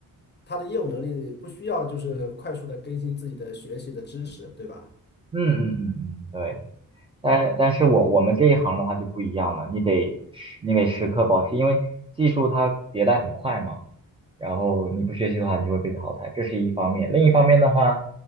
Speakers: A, on the left (about 30°); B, on the right (about 15°).
A: 他的业务能力不需要就是快速的更新自己的学习的知识，对吧？
B: 嗯嗯嗯嗯，对，但但是我我们这一行的话就不一样了，你得时你得时刻保持，因为技术它迭代很快嘛，然后你不学习的话，你就会被淘汰，这是一方面。另一方面的话，